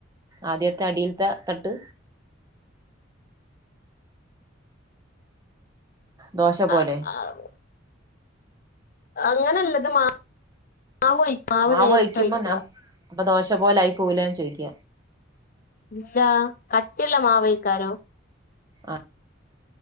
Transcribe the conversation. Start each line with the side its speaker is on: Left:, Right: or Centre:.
Right: ആദ്യത്തെ അടീല്ത്തെ തട്ട്. ദോശ പോലെ
Left: ആഹ് ആഹ് അങ്ങനല്ലത് മാ മാവ് മാവ്
Right: മാവ
Left: നേരിട്ട്
Right: കൊയ്ക്കുമ്പോ
Left: ഒഴിക്കുക
Right: ഞാൻ അപ്പൊ ദോശ പോലായി പോകൂലേന്ന് ചോയ്ക്ക.
Left: ഇല്ല കട്ടിള്ള മാവെക്കാരം.
Right: ആഹ്